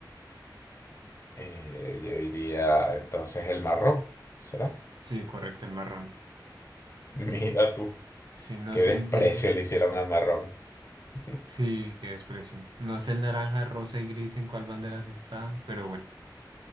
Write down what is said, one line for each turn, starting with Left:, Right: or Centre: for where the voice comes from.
Left: Eh, yo diría entonces el marrón, ¿será?
Right: Sí, correcto, el marrón.
Left: <laughs> Mira tú,
Right: Sí, no
Left: qué
Right: sé
Left: desprecio
Right: el gris.
Left: le hicieron al marrón. <laughs>
Right: Sí, qué desprecio. No sé el naranja, rosa y gris en cuál banderas están, pero bueno.